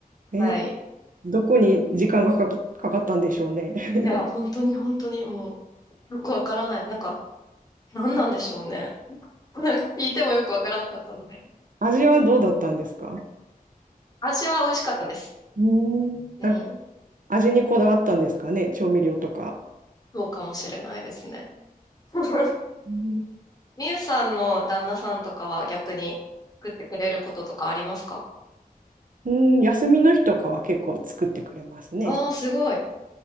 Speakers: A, on the right (about 60°); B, on the left (about 25°).
A: えー
B: はい。
A: どこに時間がかか、かかったんでしょうね。<laughs>
B: いや、本当に本当にもう、よくわからない。なんか、何なんでしょうね。なんか聞いてもよくわからなかったので。
A: 味はどうだったんですか
B: 味は美味しかったです。
A: うーん。
B: うん。
A: なんか味にこだわったんですかね、調味料とか。
B: そうかもしれないですね。<laughs>
A: うん
B: みゆさんの旦那さんとかは逆に作ってくれることとかありますか
A: うん、休みの日とかは結構作ってくれますね。
B: ああー、すごい。